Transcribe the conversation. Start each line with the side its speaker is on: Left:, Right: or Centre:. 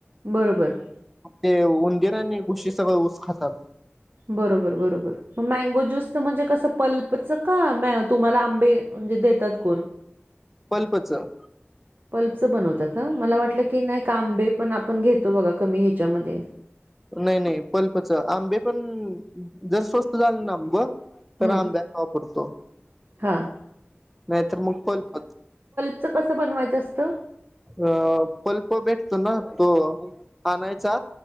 Right: बरोबर.
Centre: मग ते उंदीर आणि गुशी सगळं ऊस खातात.
Right: बरोबर बरोबर. मग मॅगो ज्यूस तर म्हणजे कसं पल्पच का तुम्हाला आंबे म्हणजे देतात कोण.
Centre: पल्पचं.
Right: पल्पचं बनवत का मला वाटलं की नाही कांबे पण आपण घेतो बघा कमी ह्याच्यामध्ये.
Centre: नाही नाही पल्पच आंबे पण जर स्वस्त झाले ना आंबं
Right: हं,
Centre: तर आंब्या वापरतो
Right: हां.
Centre: नाहीतर मग पलप.
Right: तचं कसं बनवायचं असतं.
Centre: अ पल्प भेटतो ना तो आणायचा